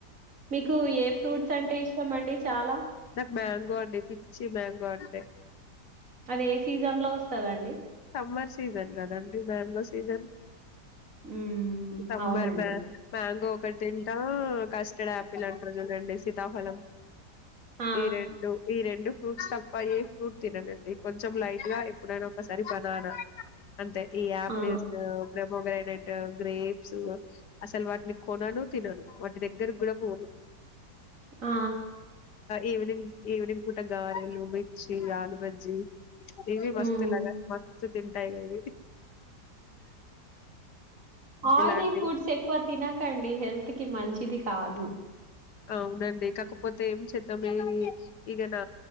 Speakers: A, on the right (about 45°); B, on the left (about 70°).
A: మీకు ఏ ఫ్రూట్స్ అంటే ఇష్టం అండి చాలా
B: నాకు మ్యాంగో అండి పిచ్చి మ్యాంగో అంటే
A: అది ఏ సీజన్ లో వస్తదండి
B: సమ్మర్ సీజన్ కదండి మాంగో సీజన్
A: హ్మ్.
B: సమ్మర్
A: అవునండి.
B: మ మ్యాంగో ఒకటి తింట కష్ట ఇక్కడ యాపిల్ అంటరు గదాండి సీతాఫలం
A: ఆ!
B: ఈ రెండు ఈ రెండు ఫ్రూట్స్ తప్ప ఏ ఫ్రూట్ తిననండి కొంచెం లైట్ గా ఎప్పుడైనా ఒక సరి కనరా అంటే ఈ యాపిల్స్
A: ఆ! ఆ!
B: ప్రోమోగ్రానేట్ గ్రేప్స్ అసలు వాటిని కొనను తినను వాటి దగ్గర కూడా పోను
A: ఆ
B: ఈవెనింగ్ ఈవెనింగ్ పూట గారెలు ఈ ఆలూ బజ్జీ ఈవి
A: హ్మ్.
B: మస్తలాగా ఇ తింటాయిగా ఇది
A: ఆయిలీ
B: ఇలాంటి
A: ఫుడ్స్ ఎక్కువ తినకండి హెల్త్ కి మంచిది కాదు
B: అవునండి కాకపోతే ఏం చేద్దాం ఇక నా